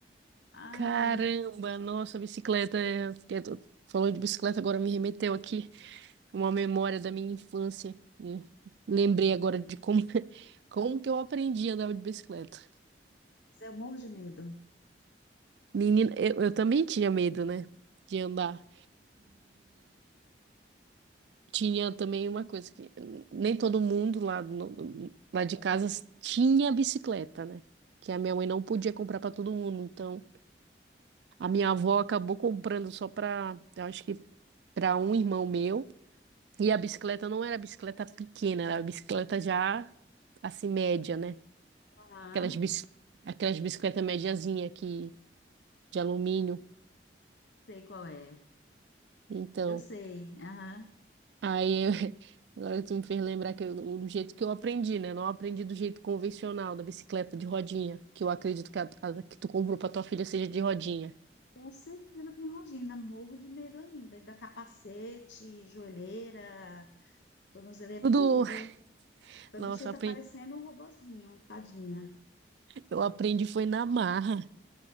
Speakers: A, on the left; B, on the right.
A: Ai,
B: caramba, nossa, bicicleta. é, que eu tô- Falou de bicicleta, agora me remeteu aqui uma memória da minha infância. Hum, Lembrei agora de como, <laughs> como que eu aprendi a andar de bicicleta.
A: mas eu morro de medo.
B: Menina, eu, eu também tinha medo, né, de andar. Tinha também uma coisa que nem todo mundo lá, no- lá de casa tinha bicicleta, né? Que a minha mãe não podia comprar para todo mundo. Então, a minha avó acabou comprando só para, eu acho que para um irmão meu. E a bicicleta não era bicicleta pequena, era bicicleta já assim média, né?
A: Ah,
B: Aquelas, bis- aquelas bicicletas mediazinha que de alumínio.
A: sei qual é.
B: Então,
A: Eu sei. Aham.
B: Aí, eu- <laughs> agora tu me fez lembrar que eu, do jeito que eu aprendi, né? Não aprendi do jeito convencional da bicicleta de rodinha, que eu acredito que a, a que tu comprou pra tua filha seja de rodinha.
A: Com certeza tem rodinha, ainda morro de medo ainda. Ainda capacete, joelheira, tornozeleira,
B: Tudo,
A: tudo. A
B: nossa,
A: bichinha
B: eu
A: tá
B: aprendi,
A: parecendo um robozinho, tadinha.
B: eu aprendi foi na marra.